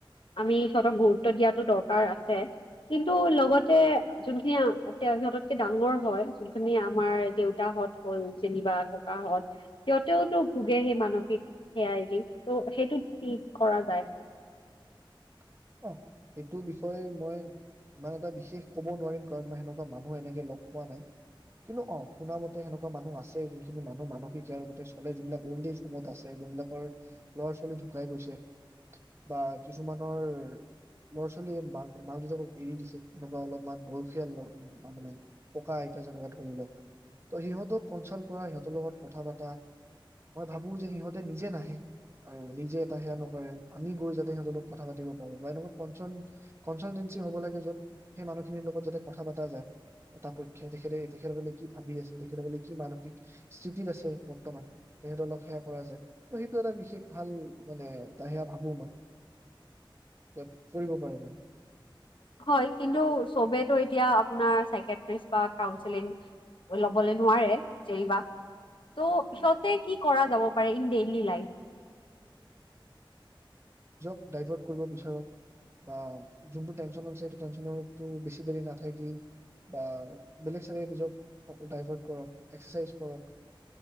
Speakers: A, on the left (about 70°); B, on the right (about 30°).
A: আমি সিহঁতক গুৰুত্ব দিয়াতো দৰকাৰ আছে, কিন্তু লগতে যোনখিনি তেওঁ সিহঁততকে ডাঙৰ হয় যোনখিনি আমাৰ দেউতাহত হ'ল যেনিবা ককাহঁত সিহঁতেওতো ভোগে সেই মানসিক - সে দিশ টো সেইটোত কি কৰা যায়।
B: অ, সেইটোৰ বিষয়ে মই ইমান এটা বিশেষ কব নোৱাৰিম কাৰণ মই সেনেকুৱা মানুহ এনেকে লগ পোৱা নাই, কিন্তু অ, শুনা মতে সেনেকুৱা মানুহ আছে যোনখিনি মানুহ মানসিকাৰতে চলে যোনবিলাক অল্ড এজ হোমত আছে, যোনবিলাকৰ লৰা ছোৱালী ঢুকাই গৈছে বা কিছুমানৰ ল'ৰা ছোৱালীয়ে মা মাক দেউতাকক এৰি দিছে, এনেকুৱা অলপমান বয়সীয়াল মানে ককা আইতা যেনেকুৱা ধৰি লওক ত, সিহঁতক কনচালট কৰা সিহঁতৰ লগত কথা পাতা মই ভাবো যে সিহঁতে নিজে নাহে আৰু নিজে এটা সেয়া নকৰে আমি গৈ যাতে সিহঁতৰ লগত কথা পাতিব - বা, এনেকুৱা কনচান কনচালটেঞ্চি হব লাগে যত সেই মানুহখিনিৰ লগত যাতে কথা পাতা যায়, এটা পক্ষে তেখেতে তেখেতসকলে কি ভাবি আছে তেখেতসকলে কি মানসিক স্থিতিত আছে বৰ্তমান তেখেতৰল সেয়া কৰা যায় ত, সেইটো এটা বিশেষ ভাল মানে এ সেয়া ভ গমত তাত কৰিব পাৰে মানে -
A: হৈ কিন্তু ছবেটো এতিয়া আপোনাৰ চাইস্ক্ৰেতিষ্ট বা কাউঞ্চিলিং লবলৈ নোৱাৰে জেনিবা, তঃ সিহঁতে কি কৰা যাব পাৰে ইন ডেইলী লাইফ।
B: ড্ৰাইভাৰট কৰিব বিচাৰক, বা যুণ্টো তেনচন আছে হাইটো তেনচনৰটো বেছি দাৰি নাথাকি, বা বালক চবে নিজক ড্ৰাইভাৰট কৰক, এক্সেচাইচ কৰক,